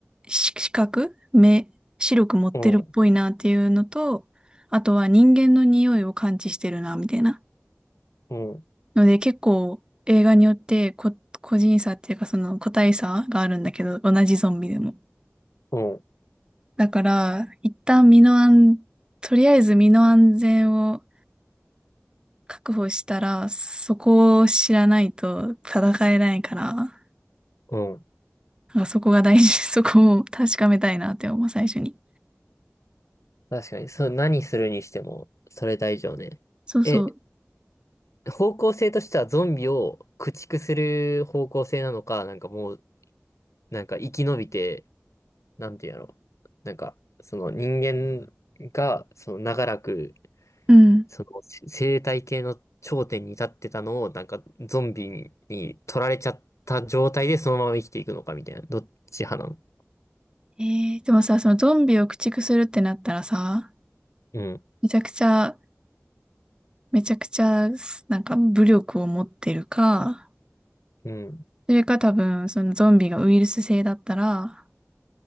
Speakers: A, on the right; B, on the left.
A: し視覚、目、白く持ってるっぽいなっていうのと、
B: うん、
A: あとは人間の匂いを感知してるな、みたいな。
B: うん、
A: ので結構映画によってこ、個人差っていうかその個体差があるんだけど、同じゾンビでも。
B: うん、
A: だから、一旦身の安、とりあえず身の安全を確保したら、そこを知らないと戦えないから、な
B: うん。
A: んかそこが大事、<laughs> そこを確かめたいなって思う、最初に。
B: 確かに、そう、何するにしても、それ大丈夫ね。
A: そうそう。
B: え、方向性としてはゾンビを駆逐する方向性なのか、なんかもう、なんか生き延びて、なんていうのなんか、その人間が、その長らく
A: うん。
B: そのせ生態系の頂点に立ってたのを、なんかゾンビに取られちゃった状態でそのまま生きていくのかみたいな。どっち派なの
A: えー、でもさ、そのゾンビを駆逐するってなったらさ、
B: うん、
A: めちゃくちゃ、めちゃくちゃ、なんか武力を持ってるか、
B: うん、
A: それか多分、そのゾンビがウイルス性だったら、